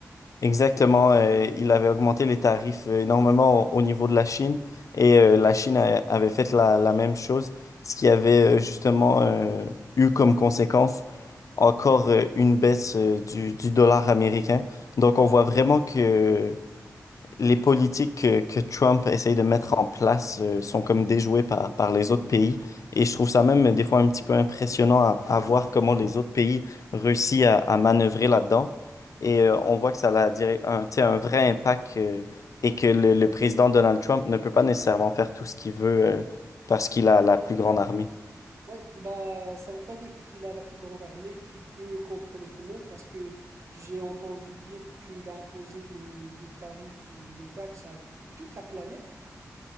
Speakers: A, on the left; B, on the right.
A: Exactement, euh, il avait augmenté les tarifs euh, énormément au, au niveau de la Chine et euh, la Chine a- avait fait la, la même chose, ce qui avait euh, justement euh, eu comme conséquence encore euh, une baisse euh, du, du dollar américain. Donc on voit vraiment que les politiques que, que Trump essaye de mettre en place euh, sont comme déjouées par, par les autres pays. Et je trouve ça même euh, des fois un petit peu impressionnant à, à voir comment les autres pays réussissent à, à manœuvrer là-dedans. Et euh, on voit que ça a dire- un, tu sais, un vrai impact euh, et que le, le président Donald Trump ne peut pas nécessairement faire tout ce qu'il veut euh, parce qu'il a la plus grande armée.
B: Oui, bah ça veut pas dire qu'il a la plus grande armée, qu'il peut contrôler tout le monde, parce que j'ai entendu dire qu'il a imposé des, des tarifs ou des taxes à toute la planète.